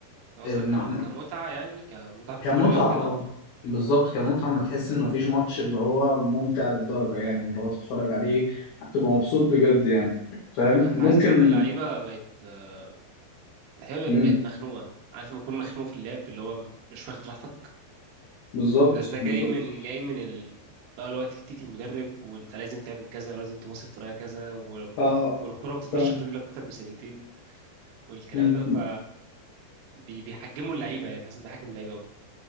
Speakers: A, on the right; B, on the left.
A: أنت قصدك
B: م-
A: كم- كمتعة
B: م-
A: يعني كمتعة في الفرجة
B: كمتعة
A: وكده
B: اه بالظبط كمتعة ما تحس ان مفيش ماتش اللي هو ممتع للدرجة يعني اللي هو تتفرج عليه تبقى مبسوط بجد يعني فاهم
A: أنا حاسس
B: ممكن
A: إن اللعيبة بقت آه، اللعيبة
B: مم.
A: بقت مخنوقة عارف لما تكون مخنوق في اللعب اللي هو مش واخد راحتك
B: بالظبط
A: بس ده جاي
B: بالظبط
A: من جاي من ال... بقى اللي هو تكتيك المدرب وأنت لازم تعمل كذا ولازم تباصي بطريقة كذا و...
B: اه
A: والكرة ما تقدرش
B: فاهم
A: في رجلك أكتر من ثانيتين والكلام
B: مم.
A: ده ف بي... بيحجموا اللعيبة يعني حاسس بيحجم اللعيبة